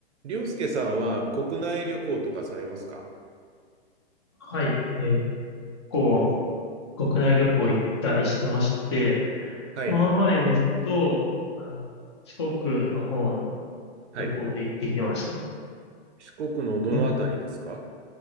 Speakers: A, on the right; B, on the left.
A: りょうすけさんは国内旅行とかされますか
B: はい。えー、こう、国内旅行行ったりしてまして、
A: はい。
B: この前ですと、あの、四国の方に
A: はい。
B: 旅行で行ってきましたね。
A: 四国のどのあたりですか
B: え